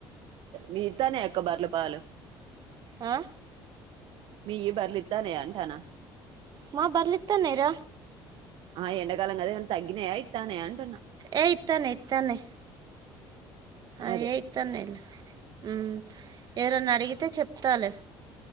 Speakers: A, on the right; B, on the right.
A: మీ ఇత్తానయా అక్క బర్ల పాలు
B: ఆ
A: మీయి బర్లిత్తనయ అంటానా
B: మా బర్లిత్తానాయి రా
A: ఆ ఎండాకాలం కదా ఏమన్నా తగ్గినాయా ఇత్తానయా అంటున్నా
B: ఏ ఇత్తానై ఇత్తానై అవి
A: అదే
B: ఇత్తన్నయిలే ఉమ్ ఎవరన్నా అడిగితే చెప్తలే